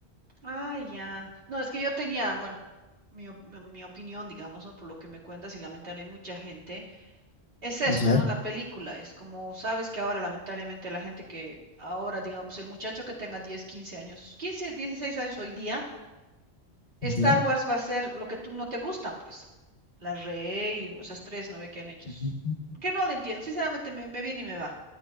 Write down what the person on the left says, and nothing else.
Ya,
ya,
ujú,